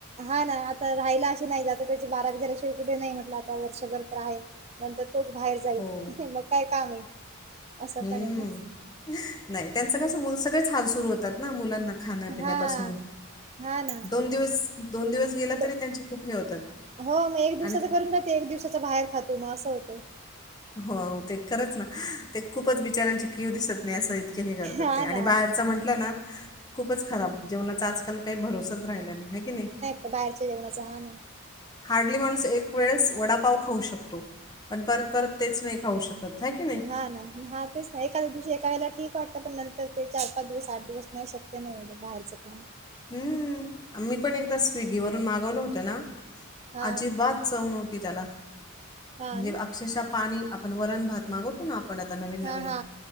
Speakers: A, on the right; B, on the left.
A: हा ना आता राहायला अशी नाही आता त्याची बारावी झाल्याशिवाय कुठे नाही म्हटलं आता वर्षभर आहेत नंतर तोच बाहेर जाईल
B: हो
A: मग काय काम आहे असं
B: हम्म
A: पण आहे ना.
B: नाही त्यांचं का स सगळेच हाल सुरू होतात ना मुलांना खाण्यापिण्यापासून
A: हा हा ना.
B: दोन दिवस दोन दिवस गेला
A: दो-
B: तरी त्यांचे खूप हे होतात.
A: हो मग एक दिवसाच
B: आणि
A: करून जाते एक दिवसाचा बाहेर खातो मग असं होत
B: हो ते खरंच ना ते खूपच बिचारांची कीव दिसत नाही अस चैनी करतात
A: हा
B: ते
A: ना.
B: आणि बाहेरच म्हंटलं ना खूपच खराब
A: हम्म.
B: जेवणाचा आजकाल काही भरोसाच राहिला नाही आहे की नाही
A: बाहेरच्या जेवणाचह
B: हार्डली माणूस एक वेळेस वडापाव खाऊ शकतो पण परत परत तेच नाही खाऊ शकत ह की नाही
A: ह नाही ह तेच एखाद्या दिवशी एका वेळेला ठीक वाटतं पण नंतर ते चार पाच दिवस आठ दिवस नाही शकते नाहीढं बाहेरचं काण
B: हम्म मी पण एकदा स्विगीवरून मागवलं होतं ना
A: हा
B: अजिबात चव नवती त्याला
A: हा
B: म्हणजे
A: ना.
B: अक्षरशः पाणी आपण वरण भात मागवतो ना आपण आता नवीन नवीन
A: हा हा